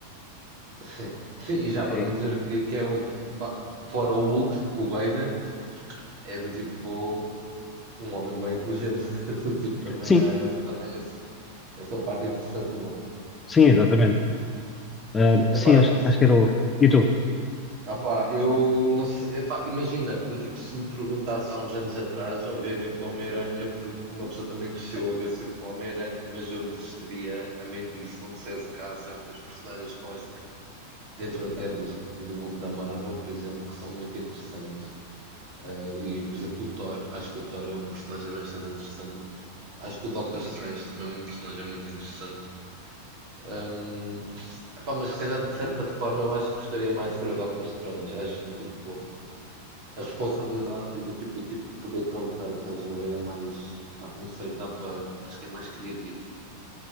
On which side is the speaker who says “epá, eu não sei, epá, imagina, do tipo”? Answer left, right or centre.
Right